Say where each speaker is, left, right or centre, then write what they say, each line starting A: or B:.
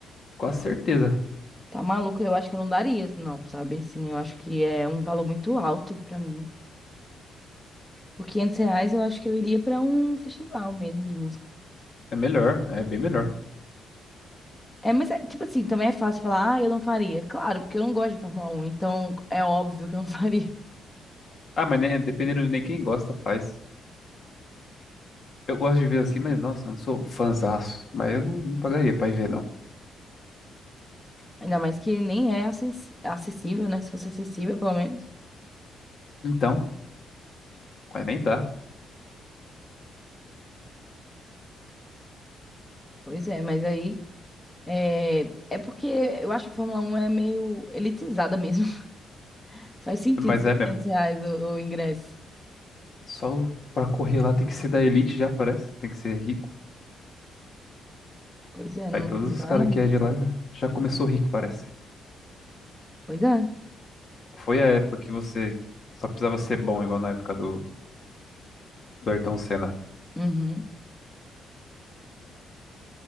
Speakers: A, on the left; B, on the left.
A: Com a certeza.
B: Tá maluco? Eu acho que eu não daria, não, sabe? Assim, eu acho que é um valor muito alto pra mim. Por 500 reais eu acho que eu iria pra um festival mesmo de música.
A: É melhor, é bem melhor.
B: É, mas é, tipo assim, também é fácil falar, ah, eu não faria. Claro, porque eu não gosto de Fórmula Um. então é óbvio que eu não <laughs> faria.
A: Ah, mas né, dependendo de nem quem gosta, faz. Eu gosto de ver assim, mas nossa, eu não sou fanzaço. Mas eu não, não pagaria pra ir ver, não.
B: Ainda mais que nem é acess- acessível, né? Se fosse acessível, pelo menos.
A: Então, mas nem dá.
B: Pois é, mas aí. É, é porque eu acho que a Fórmula Um é meio elitizada mesmo. <laughs> Faz sentido
A: Mas
B: ser
A: é
B: 500
A: mesmo.
B: reais o, o ingresso.
A: Só o- pra correr lá tem que ser da elite já, parece. Tem que ser rico.
B: Pois é, não
A: Aí todos os
B: dá
A: caras
B: não.
A: que é de lá já já começou rico, parece.
B: Pois é.
A: Foi a época que você só precisava ser bom, igual na época do, do Ayrton Senna.
B: Uhum.